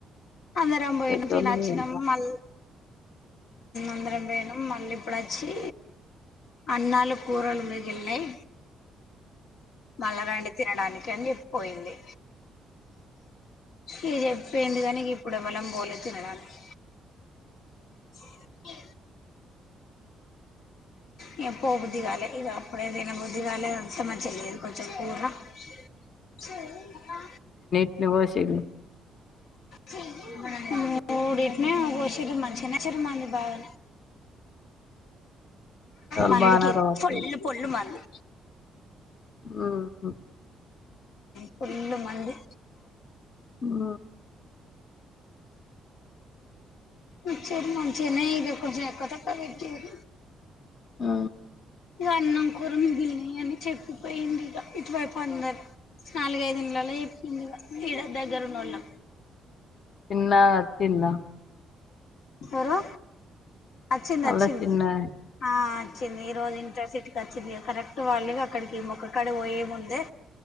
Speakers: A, on the left; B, on the left.
A: అందరం బోయినం
B: పెద్దోళ్ళు
A: తినొచ్చినం
B: పోయిండ్రా
A: మళ్ళ అందరం పోయినం మళ్ళీ ఇప్పుడు వచ్చి అన్నాలు కూరలు మిగిలిన్నాయి మళ్ళరండి తినడానికి అని చెప్పిపోయింది ఇగ చెప్పిపోయింది గాని అప్పుడు యెవలం పోలే తినడానికి <inaudible> ఇగ పో బుద్దిగాలే ఇగ అప్పుడే దిన బుద్దిగాలే అంత మంచిగా లేదు కొంచెం కూర ఏం దబ్బా
B: ఇగ బోషెల్లి
A: చెయ్యి నువ్ మూడిట్నే మంచిగనే వచ్చిర్రు మంది బాగానే
B: <inaudible>
A: మందికి
B: బానే రావచ్చు
A: ఫుల్ ఫుల్లు మందు
B: ఆహా
A: ఫుల్ మంది
B: ఉమ్
A: వచ్చిర్రు మంచిగనే కొంచమ్ ఎక్కువ తక్కువ పెట్టిర్రు
B: అ
A: ఇగ అన్నం కూర మిగిలినివి అని చెప్పిపోయింది ఇగ ఇటువైపు అందరికి నాలుగైదు ఇళ్లల్ల చెప్పింది ఇగ ఈడ దగ్గరన్నోళ్ళకు
B: తిన్నా తిన్నా
A: హలో అచ్చింది
B: అల్ల
A: అచ్చింది
B: చిన్నామే
A: ఆ అచ్చింది ఈ రోజు ఇంటర్సిటీ వచ్చింది కరెక్ట్ వాళ్ళుగా అక్కడికి మొక్కుకాడికి పోయే ముందే